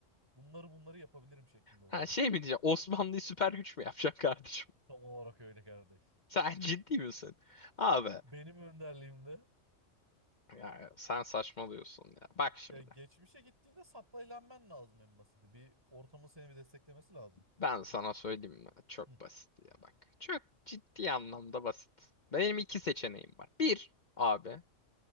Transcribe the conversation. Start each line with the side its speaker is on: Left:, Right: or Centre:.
Right: bunları bunları yapabilirim şeklinde oluyor.
Left: Ha şey mi diyeceğim? Osmanlı'yı süper güç mü yapacaksın kardeşim?
Right: Tam olarak öyle kardeş.
Left: <laughs> Sen ciddi misin? Abi
Right: Benim önderliğimde
Left: ya sen saçmalıyorsun ya. Bak şimdi.
Right: ya geçmişe gittiğinde saplayılanman lazım en basiti. Bir ortamın seni bir desteklemesi lazım.
Left: Ben sana söyleyeyim mi? Çok
Right: Hı.
Left: basit ya bak. Çok ciddi anlamda basit. Benim iki seçeneğim var. Bir abi.